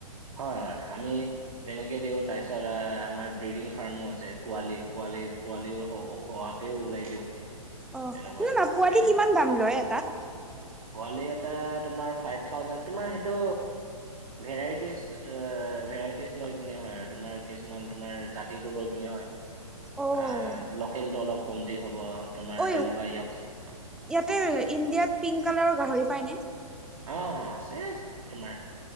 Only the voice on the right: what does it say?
হয় হয় আমি তেনেকে দিওঁ। তাৰপিছত এ আমাৰ ব্ৰিডিং ফাৰ্মো আছে পোৱালি পোৱালি পোৱালিও হ হোৱাত তেওঁ ওলাই দিওঁ।
তেনেকুৱা
আৰু
তেনেকে
পোৱালি এটা তোমাৰ ফাইপ থাওজেন তোমাৰ সেইটো ভেৰাইটি চা এ ভেৰাইটিজ লৈ পিনে হয় আৰু তোমাৰ কিছুমান তোমাৰ জাতিটো লৈ পিনি হয়।
আ লোকেল টো অলপ কমতি হ'ব তোমাৰ
তেনেকুৱাই ইকচোন
অ আছে আ তোমাৰ।